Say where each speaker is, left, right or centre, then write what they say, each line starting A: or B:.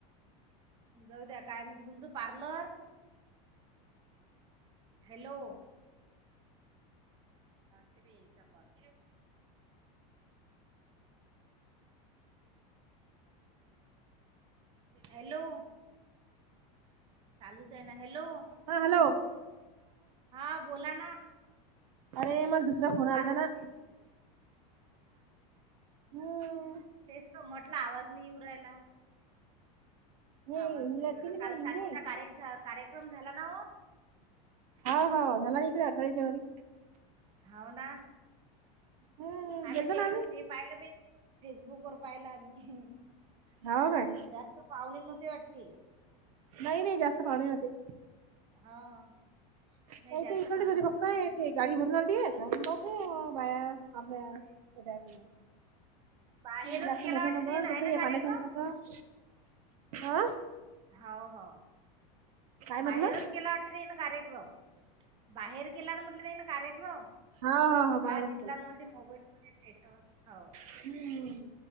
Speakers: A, on the right (about 25°); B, on the right (about 75°).
A: जाऊ द्या काय म्हणते तुमच पार्लर? हॅलो ट बी चा कॉल. हॅलो. चालूच ये ना. हॅलो
B: हा हॅलो
A: हा बोला ना.
B: अरे मला दुसरा फोन
A: काल
B: आलता
A: तर
B: ना. हम-
A: तेचतो मटला आवाज नायी येऊरायला
B: हे
A: आवाज
B: इंगळे
A: निवला
B: आहेत की नाही
A: काल
B: ते
A: सांजेचा
B: इंगळे?
A: कार्यक्रम झाला ना वो.
B: हो हो झाला इकडे अठराच्यावारी.
A: हाव ना.
B: हं.
A: आम्ही
B: गेलतो
A: स्टेटस
B: ना
A: हे पाहिले बई. फेसबुक वर पाहिला आम्ही,
B: हो काय?
A: जास्त पाहुणे नव्हती वाट टी
B: नाही नाही जास्त पाणे नवते.
A: हा.
B: त्यायच्या
A: नाही जास्त
B: इकडडेच
A: कोणाला
B: होती
A: बोलवलं
B: फक्त नायी ते गाडी भरून आलीती बस बाया आब्या
A: बाहेरच
B: जास्त
A: केला
B: मोठ
A: वाटते
B: नवत
A: ते आहे
B: तस
A: ना
B: हे
A: कार्यक्रम
B: पाण्याचा न कस अ
A: हो हो
B: काय म्हटलं
A: बाहेरच केला वाटत त्याइन कार्यक्रम. बाहेर केलावर म्हटलं त्याईन कार्यक्रम.
B: हा
A: हा
B: बाहेरच
A: दिसला
B: केला
A: न मले ते मोबाईल मध्ये स्टेटस हो.
B: हम्म